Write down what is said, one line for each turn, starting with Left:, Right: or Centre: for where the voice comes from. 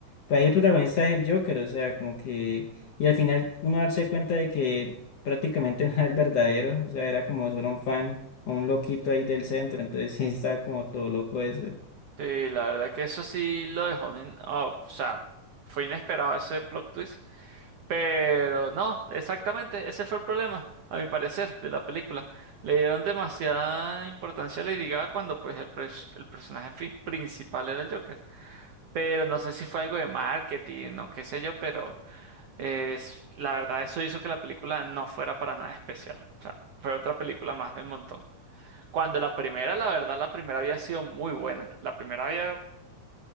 Left: para ahí el protagonista es el Joker, o sea, como que y al final uno darse cuenta de que prácticamente <laughs> no era el verdadero, o sea, era como solo un fan, o un loquito ahí del centro, entonces sí está como todo loco eso.
Right: Sí, la verdad que eso sí lo dejó. in- oh, o sea, fue inesperado ese plot twist. Pero no, exactamente, ese fue el problema, a mi parecer, de la película. Le dieron demasiada importancia a Lady Gaga cuando pues el, pres- el personaje fi- principal era el Joker. Pero no sé si fue algo de marketing o qué sé yo, pero es, la verdad eso hizo que la película no fuera para nada especial. O sea, fue otra película más del montón. Cuando la primera, la verdad, la primera había sido muy buena. La primera había...